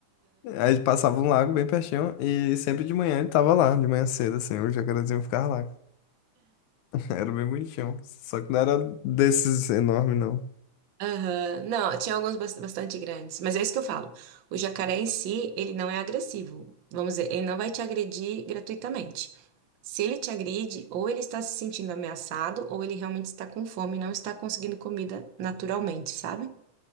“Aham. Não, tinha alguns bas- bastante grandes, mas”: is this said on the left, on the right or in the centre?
Right